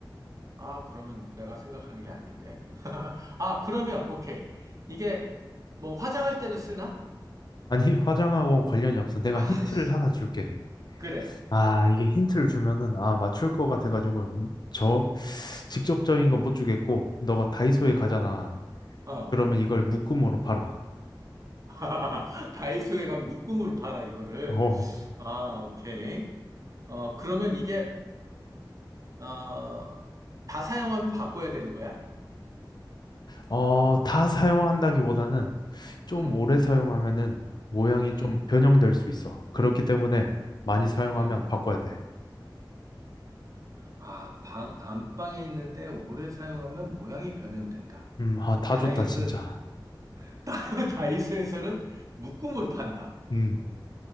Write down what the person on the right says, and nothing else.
아, 그러면 내가 생각하는 게 아닌데. <laughs> 아, 그러면, 오케이. 이게, 뭐, 화장할 때도 쓰나?
아,
씨,
그래.
응,
어.
<laughs> 다이소에 가면 묶음으로 팔아, 이거를.
아, 오케이. 어, 그러면 이게, 어, 다 사용하면 바꿔야 되는 거야?
응,
응,
응.
아, 방, 안방에 있는데 오래 사용하면 모양이 변형된다.
다이소에서,
<laughs> 다이소에서는 묶음으로 판다.